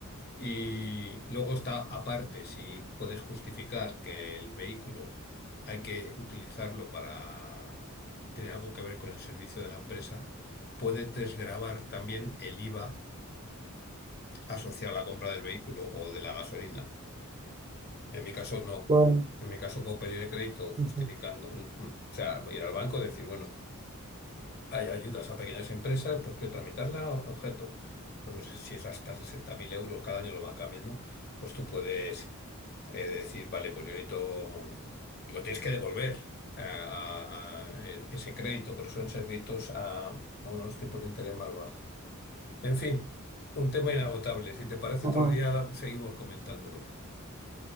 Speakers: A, on the left; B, on the right.
A: y luego está aparte, si puedes justificar que el vehículo hay que utilizarlo para tener algo que ver con el servicio de la empresa, puedes desgravar también el IVA asociado a la compra del vehículo o de la gasolina. En mi caso, no.
B: bueno.
A: En mi caso, puedo pedir el crédito justificando,
B: ujú.
A: mm, mm, o sea, ir al banco y decir, bueno, hay ayudas a pequeñas empresas, pues quiero tramitarla o- objeto. Pues no sé si es hasta 60.000 euros, cada año lo va cambiando, pues tú puedes. eh, de decir, vale, pues yo necesito, lo tienes que devolver a, a- a e- ese crédito, pero suelen ser créditos a, a unos tipos de interés más bajos. En fin, un tema inagotable. Si te parece
B: Bueno.
A: otro día, seguimos comentándolo.